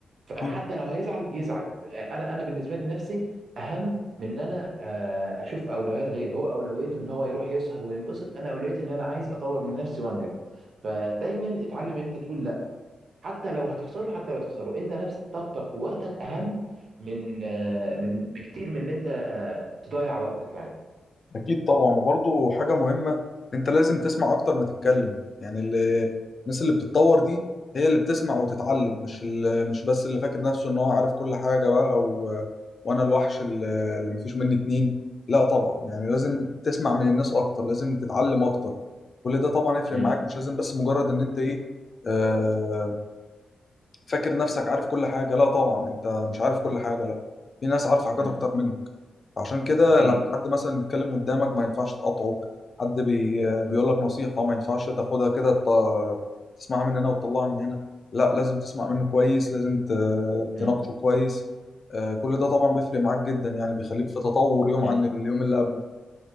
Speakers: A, on the right (about 60°); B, on the left (about 50°).
A: فحتى
B: اكيد
A: لو هيزعل يزعل انا انا بالنسبه لي نفسي اهم من ان انا آه، اشوف اولويات غيري هو اولويته ان هو يروح يسهر وينبسط انا اولويتي ان انا عايز اطور من نفسي وانجح فدايما اتعلم ان انت تقول لا حتى لو هتخسره حتى لو تخسره انت نفس طاقتك ووقتك اهم من آه، من بكتير من ان انت تضيع وقتك يعني
B: أكيد طبعا وبرضه حاجة مهمة أنت لازم تسمع أكتر ما تتكلم يعني اللي الناس اللي بتتطور دي هي اللي بتسمع وتتعلم مش ال... مش بس اللي فاكر نفسه إن هو عارف كل حاجة بقى و... وأنا الوحش اللي اللي مفيش مني اتنين لا طبعا يعني لازم تسمع من الناس أكتر لازم تتعلم أكتر كل ده طبعا يفرق
A: امم
B: معاك مش لازم بس مجرد إن أنت إيه آه... فاكر نفسك عارف كل حاجة لا طبعا أنت مش عارف كل حاجة لا في ناس عارفة حاجات
A: مم.
B: أكتر منك عشان كده
A: اكيد
B: لما حد مثلا يتكلم قدامك ما ينفعش تقاطعه حد بي بيقول لك نصيحة ما ينفعش تاخدها كده ت- تسمعها من هنا وتطلعها من هنا لا لازم تسمع منه كويس لازم ت-
A: مم.
B: تناقشه كويس آه، كل ده طبعا بيفرق معاك جدا يعني بيخليك في تطور يوم
A: مم.
B: عن اليوم اللي قبله